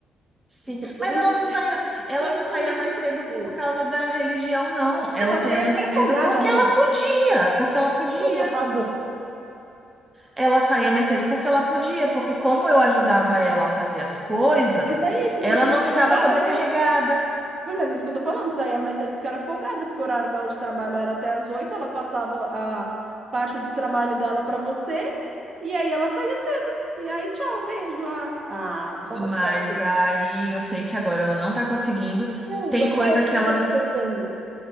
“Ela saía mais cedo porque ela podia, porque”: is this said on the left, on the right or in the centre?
Right